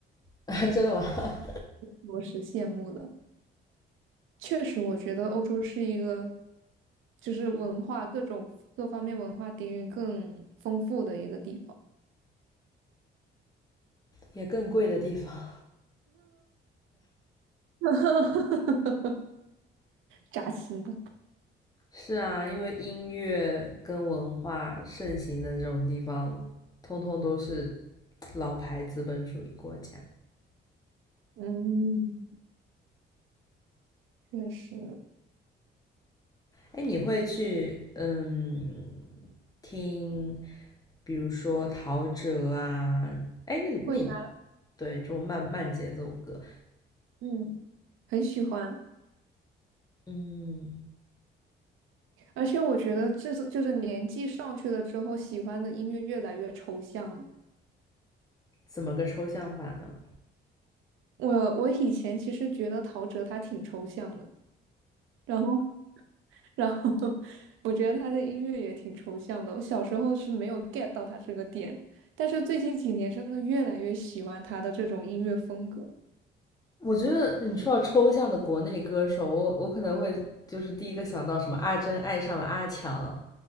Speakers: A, on the left; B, on the right.
A: <laughs> 啊，真的吗？<laughs>
B: 着实羡慕了。确实，我觉得欧洲是一个就是文化各种各方面文化底蕴更丰富的一个地方，
A: 也更贵的地方。
B: <laughs> 扎心的。
A: 是啊，因为音乐跟文化盛行的这种地方，通通都是老牌资本主义国家。
B: 嗯，确实。
A: 哎，你会去嗯听，比如说陶喆啊，哎，那那你
B: 会。
A: 对这种慢慢节奏歌，
B: 嗯，很喜欢，
A: 嗯，
B: 而且我觉得这是就是年纪上去了之后，喜欢的音乐越来越抽象了
A: 怎么个抽象法呢？
B: 我我以前其实觉得陶喆他挺抽象的，然后然后 <laughs> 我觉得他的音乐也挺抽象的。我小时候是没有 get 到他这个点，但是最近几年真的越来越喜欢他的这种音乐风格。
A: 我觉得你说到抽象的国内歌手，我我可能会就是第一个想到什么阿珍爱上了阿强，